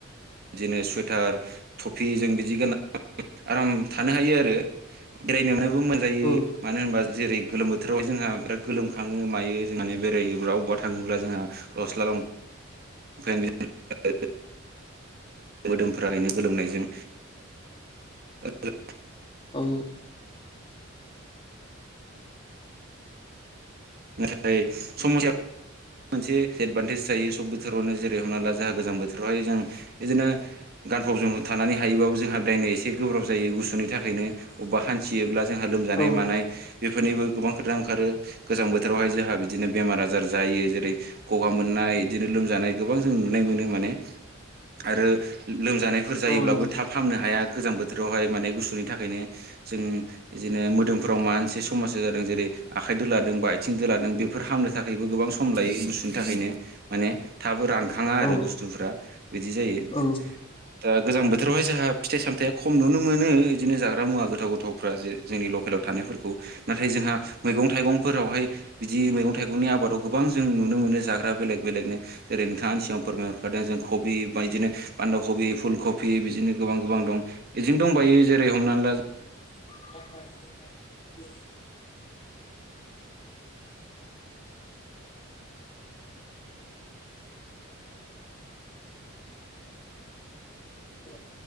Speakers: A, on the right; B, on the left.
A: बिदिनो सुवेटार थुफि जों बिदि गान आराम थानो हायो आरो बेरायनोबो मोजां जायो
B: औ
A: मानो होनबा जेरै गोलोम बोथोरावहाय जोंहा बिराद गोलोमखाङो मायो जों माने बेरायोब्ला अबेबा थाङोब्ला जोंहा गस्ला दं <unintelligible> मोदोमफोरा एरैनो गोलोमनायजों <unintelligible>
B: औ
A: नाथाय सम मोनसे एदभान्टेज जायो सब बोथोरावनो जेरै हमना ला जोंहा गोजां बोथोरावहाय जों बिदिनो गानफब जोमफब थानानै हायोबाबो जोंहा दायनाय एसे गोब्राब जायो गुसुनि थाखायनो अबेबा हान्थियोब्ला जोंहा लोमजानाय
B: औ
A: मानाय बेफोरनिबो गोबां खोथा ओंखारो गोजां बोथोरावहाय जोंहा बिदिनो बेमार आजार जायो जेरै गगा मोननाय बिदिनो लोमजानाय गोबां जों नुनो मोनो माने आरो लोमजानाय फोर जायोब्लाबो
B: औ नंगौ
A: थाब फामनो हाया गोजां बोथोरावहाय माने गुसुनि थाखायनो जों बिदिनो मोदोमफ्राव माबा मोनसे समस्या जादों जेरै आखाइ दोलादों बा आथिं दोलादों बेफोर हामनो थाखायबो गोबां सम सम लायो गुसुनि थाखायनो माने थाबबो रानखाङा आरो
B: औ
A: बुस्थुफोरा बिदि जायो
B: औ
A: दा गोजां बोथोरावहाय जोंहा फिथाइ सामथाया खम नुनो मोनो बिदिनो जाग्रा मुवा गोथाव गोथावफ्रा जे जोंनि लकेलाव थानायफोरखौ नाथाय जोंहा मैगं थाइगंफोरावहाय बिदि मैगं थाइगंनि आबादाव गोबां जों नुनो मोनो जाग्रा बेलेग बेलेगनो जेरै नोंथाङानो सिगाङाव फोरमायहरखादों जों कबि बायदिनो बान्दा कबि फुल कबि बिदिनो गोबां गोबां दं बिदिनो दंबायो जेरै हमनानै ला
B: <inaudible> उ